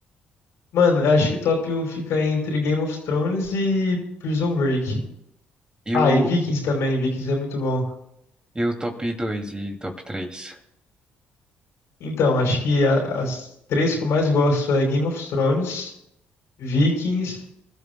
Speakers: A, on the left; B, on the right.
A: Mano, eu acho que top um fica entre Game of Thrones e Prison Break.
B: e
A: Ah,
B: o,
A: e Vikings também, Vikings é muito bom.
B: e o top dois e top três
A: Então, acho que a- as três que eu mais gosto é Game of Thrones, Vikings